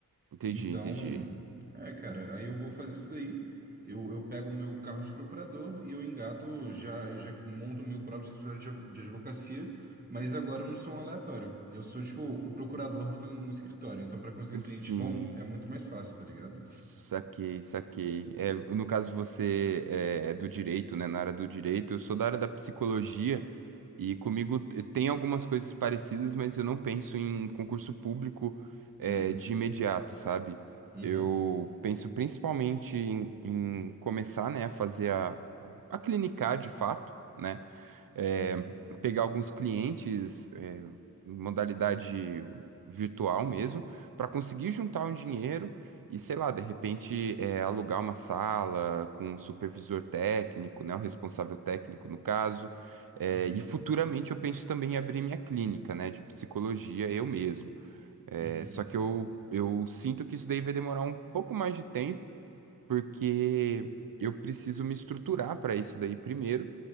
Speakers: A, on the right; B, on the right.
A: Entendi,
B: Então,
A: entendi.
B: é, cara, aí eu vou fazer isso daí. Eu, eu pego o meu carro de procurador e eu engato, já, eu já monto o meu próprio escritório de, adv- de advocacia, mas agora eu não sou um aleatório. Eu sou, tipo, o procurador que tem um escritório. Então, para conseguir cliente
A: Sim,
B: bom, é muito mais fácil, tá ligado?
A: saquei, saquei. É, no caso, você é é do direito, né? Na área do direito, eu sou da área da psicologia e comigo t- tem algumas coisas parecidas, mas eu não penso em concurso público, é,
B: Hum,
A: de imediato, sabe?
B: uhum,
A: Eu penso principalmente em, em começar, né, a fazer a, a a clinicar de fato. né? é,
B: uhum,
A: pegar alguns clientes é, em modalidade virtual mesmo, para conseguir juntar um dinheiro e, sei lá, de repente é, alugar uma sala com um supervisor técnico, né, o responsável técnico no caso. É,
B: uhum,
A: e futuramente eu penso também em abrir minha clínica, né, de psicologia eu mesmo. É,
B: uhum,
A: só que eu, eu sinto que isso daí vai demorar um pouco mais de tempo, porque eu preciso me estruturar para isso daí primeiro